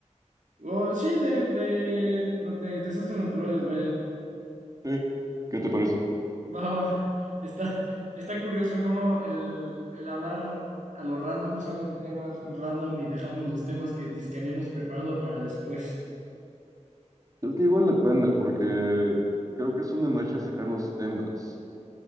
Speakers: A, on the right; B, on the right.
A: Oh, sí, de, de, no, de desastres naturales, vaya.
B: Sí. ¿Qué te parece?
A: Va, va. Está, está curioso cómo el, el hablar a lo random salen temas random y dejamos los temas que, que habíamos preparado para después.
B: Es que igual depende, porque creo que es una magia sacar los temas.